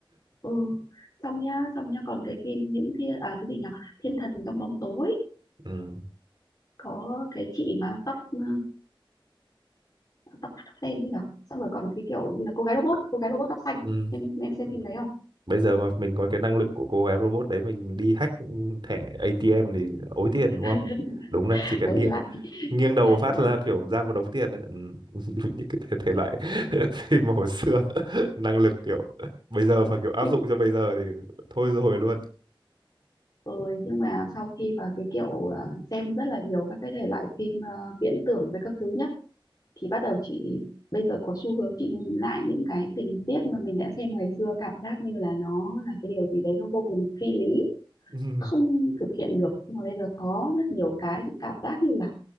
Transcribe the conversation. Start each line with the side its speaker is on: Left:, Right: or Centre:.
Left: ừ xong nhá xong nhá còn cái phim những thiên à cái gì nhỉ thiên thần trong bóng tối
Right: ừ,
Left: có cái chị mà tóc ừ, tóc tóc đen đi nào, xong rồi còn cái kiểu như là cô gái robot cô gái robot tóc xanh
Right: ừ.
Left: em em xem phim đấy không
Right: bây giờ mà mình có cái năng lực của cô gái robot đấy mình đi hack thẻ ATM thì ối tiền đúng
Left: <laughs>
Right: không đúng đấy chỉ cần
Left: đấy
Right: nghiêng
Left: lại
Right: nghiêng đầu một phát
Left: là
Right: là kiểu ra một đống tiền đấy ừ. <laughs> những cái thể thể loại <laughs> phim hồi xưa năng lực kiểu bây giờ mà kiểu áp
Left: nhưng,
Right: dụng cho bây giờ thì thôi rồi luôn
Left: ừ, nhưng mà sau khi mà cái kiểu à, xem rất là nhiều các cái thể loại phim à, viễn tưởng với các thứ nhá thì bắt đầu chị bây giờ có xu hướng chị nhìn lại những cái tình tiết mà mình đã xem ngày xưa cảm giác như là nó là cái điều gì đấy nó vô cùng phi lý
Right: <laughs> ừ.
Left: không thực hiện được nhưng mà bây giờ có rất nhiều cái chị cảm giác như là